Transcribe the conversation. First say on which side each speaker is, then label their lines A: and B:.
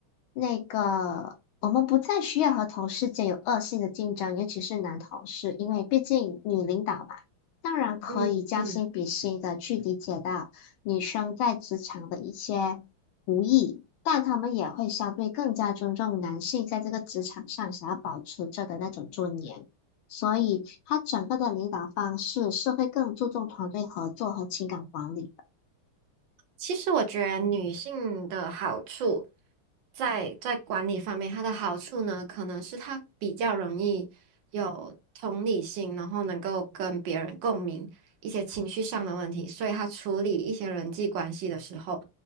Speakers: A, on the left; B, on the right.
A: 那个，我们不再需要和同事间有恶性的竞争，尤其是男同事，因为毕竟女领导嘛，当然可以将心比心的去理解到。
B: 嗯嗯。
A: 女生在职场的一些不易，但他们也会相对更加尊重男性在这个职场上想要保持着的那种尊严。所以，他整个的领导方式是会更注重团队合作和情感管理的。
B: 其实我觉得女性的好处在在管理方面，它的好处呢，可能是她比较容易有同理心，然后能够跟别人共鸣一些情绪上的问题，所以她处理一些人际关系的时候，